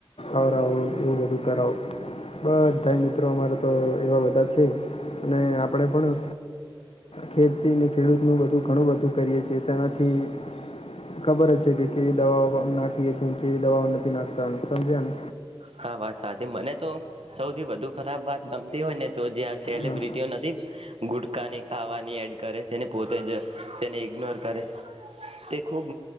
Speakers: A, on the left; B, on the right.
A: આવ રહો નું મધુ કરો. બસ ભાઈ મિત્રો અમારા તો એવા બધા છે, અને આપણે પણ ખેતીને ખેડૂત નું બધું ઘણું બધું કરીએ છીએ તેનાથી ખબર જ છે કે કેવી દવાઓ નાખીએીએ કેવી દવાઓ નથી નાખતા સમજ્યા ને
B: હા વાત સાચી મને તો, સૌથી વધુ ખરાબ વાત ગમતી હોય ને તો જ્યા સેલિબ્રિટીઓ
A: હા
B: નથી ગુટકાાની ખાવાની એડ કરે છે અને પોતે, જ તેને ઇગ્નોર કરે છે. તે ખૂબ